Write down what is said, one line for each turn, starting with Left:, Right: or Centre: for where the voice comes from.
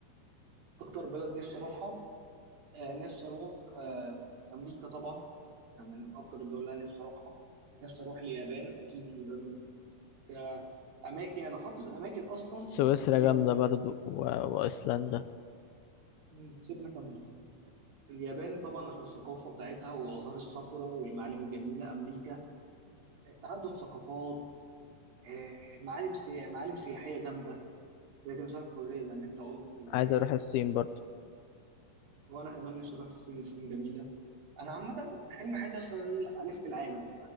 Right: اكتر بلد نفسي اروحها آه نفسي اروح آه امريكا طبعا يعني من اكتر الدول اللي انا نفسي اروحها نفسي اروح اليابان اكيد اليابان كأماكن أنا حافظ أماكن أصلا
Left: سويسرا
Right: في اليابان
Left: جامدة برضو و... وأيسلندا
Right: مم. سيبنا كمل كمل. اليابان طبعا عشان الثقافة بتاعتها وأزهار الساكورا والمعالم الجميلة أمريكا تعدد ثقافات آه، معالم سيا... معالم سياحية جامدة زي تمثال الحرية زي ما أنت قلت و...
Left: عايز أروح الصين برضو
Right: وأنا كمان نفسي أروح الصين الصين جميلة أنا عامة حلم حياتي أصلا إن أنا ألف في العالم